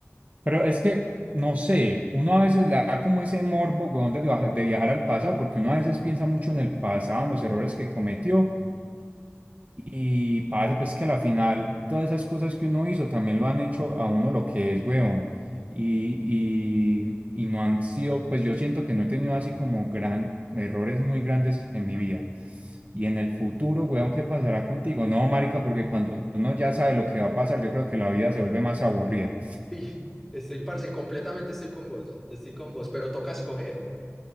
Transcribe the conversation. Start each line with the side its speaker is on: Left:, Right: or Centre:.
Right: Pero es que, no sé, uno a veces le da como ese morbo, weón, de viaja- de viajar al pasado, porque uno a veces piensa mucho en el pasado, en los errores que cometió, y parece pues que a la final todas esas cosas que uno hizo también lo han hecho a uno lo que es, weón.
Centre: <laughs>
Right: Y, y, y no han sido, pues yo siento que no he tenido así como gran, errores muy grandes en mi vida. Y en el futuro, weón, ¿qué pasará contigo? No, marica, porque cuando uno ya sabe lo que va a pasar, yo creo que la vida se vuelve más aburrida.
Centre: Sí, estoy, parce, completamente estoy con vos, estoy con vos, pero toca escoger.